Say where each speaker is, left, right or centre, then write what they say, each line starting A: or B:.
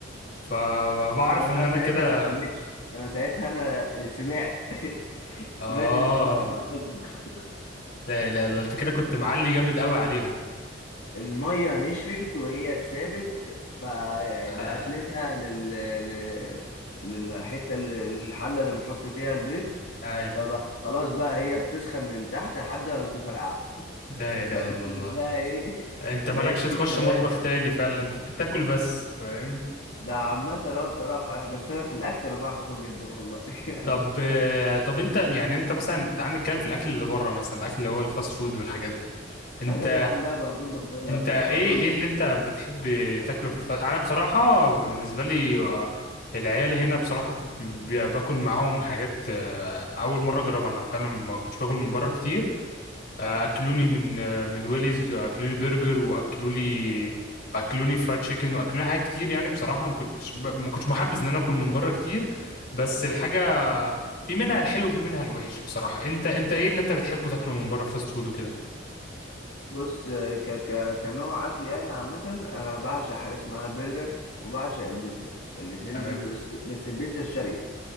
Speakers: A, on the left (about 55°); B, on the left (about 75°).
A: فبعرف
B: انا بقى
A: إن أنا
B: ساعتها
A: كده
B: انا ما شميتش انا ساعتها انا سمعت <laughs> سمعت
A: آه
B: انفجار في المطبخ
A: لا لا لا أنت كده كنت معلي جامد قوي عليها
B: الميه نشفت وهي اتسابت فبقت
A: آه.
B: منها لل... لل- للحته الحله اللي بنحط فيها البيض
A: أيوه
B: فبقى خلاص بقى هي بتسخن من تحت لحد ما مش مفرقعه
A: لا إله
B: ففضلت
A: إلا الله
B: بقى ايه
A: أنت
B: <laughs>
A: مالكش
B: لقيت
A: تخش
B: في سواد
A: مطبخ تاني
B: بقى.
A: فعلا أنت بتاكل بس فاهم
B: ده عامة اه بصراحة يعني، بس أنا في الأكل أنا بعرف آكل جدا والله <laughs> يعني
A: طب آه، طب انت يعني انت مثلا تعال نتكلم في الاكل اللي بره مثلا الاكل اللي هو الفاست فود والحاجات دي انت
B: أيوة كده يا عم بقى بقى بطبخ بقى بلا
A: انت
B: بتاع
A: ايه
B: بقول
A: ايه اللي انت بتحب تاكله في الفاست انا بصراحه بالنسبه لي آه، العيال هنا بصراحه بي- باكل معاهم حاجات آه، اول مره اجربها انا فعلا ما كنتش باكل من بره كتير آه، اكلوني من آه، من ويليز اكلوني برجر واكلولي اكلوني فرايد تشيكن واكلوني حاجات كتير يعني بصراحه ما كنتش ب- ما كنتش محبذ ان انا اكل من بره كتير بس الحاجه في منها الحلو وفي منها الوحش بصراحه انت انت ايه اللي انت بتحبه تاكله من بره فاست فود وكده
B: بص آه، ك ك كنوع اكل يعني عامه انا بعشق حاجه اسمها برجر وبعشق البيتزا الاتنين
A: تمام
B: دول بس بس البيتزا الشرقي